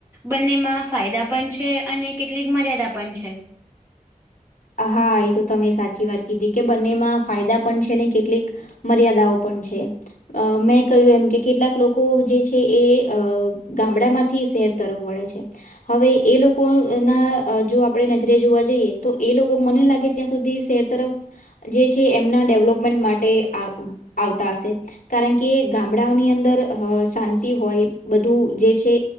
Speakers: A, on the right; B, on the left.
A: બંનેમાં ફાયદા પણ છે અને કેટલીક મર્યાદા પણ છે.
B: હા એ તો તમે સાચી વાત કીધી કે બંનેમાં ફાયદા પણ છે ને કેટલીક મર્યાદાઓ પણ છે. અ મેં કહ્યું એમ કે કેટલાક લોકો જે છે એ અ ગામડામાં થી શહેર તરફ વળે છે. હવે એ લોકોના જો આપણે નજરે જોવા જઈએ તો એ લોકો મને લાગે ત્યાં સુધી શહેર તરફ જે છે એમના ડેવલોપમેન્ટ માટે આ આવતા હશે. કારણ કે ગામડાઓની અંદર શાંતિ હોય બધું જે છે.